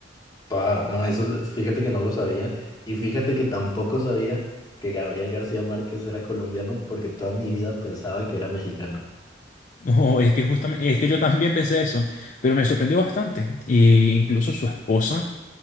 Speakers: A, on the left; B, on the left.
A: Pa, no, eso fíjate que no lo sabía y fíjate que tampoco sabía que Gabriel García Márquez era colombiano porque toda mi vida pensaba que era mexicano.
B: No, es que justamente, es que yo también pensé eso, pero me sorprendió bastante. Y incluso su esposa